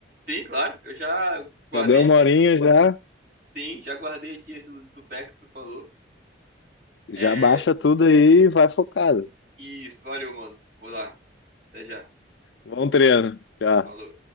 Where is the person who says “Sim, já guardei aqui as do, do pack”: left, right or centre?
Right